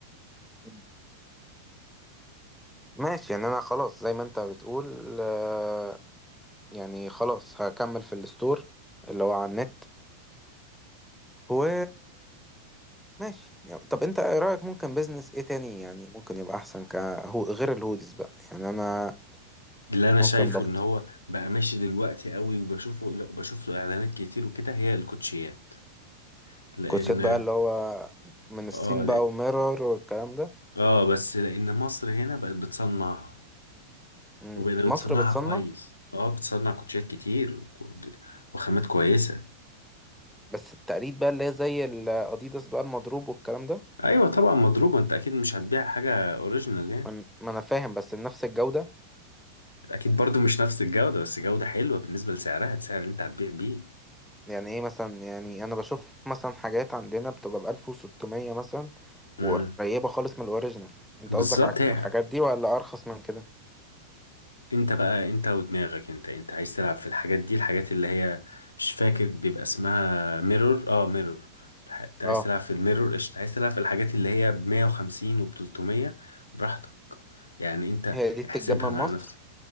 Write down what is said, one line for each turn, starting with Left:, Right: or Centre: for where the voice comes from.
Centre: مم. ماشي يعني انا خلاص زي ما انت بتقول آه، يعني خلاص هكمل في الستور اللي هو على النت و ماشي يعني طب انت ايه رأيك ممكن بيزنس ايه تاني يعني ممكن يبقى احسن ك هو غير الهوديز بقى يعني انا
Left: اللي انا
Centre: ممكن
Left: شايفه
Centre: بقى
Left: ان هو بقى ماشي دلوقتي قوي وبشوفه لا بشوف له اعلانات كتير وكده هي الكوتشيات لان
Centre: كوتشات <laughs> بقى اللي هو من الصين
Left: اه لا
Centre: بقى وميرور والكلام ده
Left: اه بس لان مصر هنا بقت بتصنعها
Centre: مم.
Left: وبقت بتصنعها
Centre: مصر بتصنع
Left: كويس اه بتصنع كوتشيات كتير وك- وخامات كويسة
Centre: بس التقليد بقى اللي هي زي الاديداس بقى المضروب والكلام ده
Left: ايوه طبعا مضروبة انت اكيد مش هتبيع حاجة اوريجينال يعني
Centre: من- ما انا فاهم بس نفس الجودة
Left: اكيد برضو مش نفس الجودة بس جودة حلوة بالنسبة لسعرها السعر اللي انت هتبيع بيه
Centre: يعني ايه مثلا يعني انا بشوف مثلا حاجات عندنا بتبقى ب 1600 مثلا وقريبة
Left: امم
Centre: خالص من الاوريجينال انت
Left: بالظبط
Centre: قصدك على
Left: هي
Centre: الحاجات دي ولا ارخص من كده
Left: انت بقى انت ودماغك انت انت عايز تلعب في الحاجات دي الحاجات اللي هي مش فاكر بيبقى اسمها ميرور اه ميرور الح- انت عايز
Centre: اه
Left: تلعب في الميرور قشطة عايز تلعب في الحاجات اللي هي ب 150 وب 300 براحتك يعني انت
Centre: هي دي بتتجاب
Left: احسبها
Centre: من مصر
Left: مع نفسك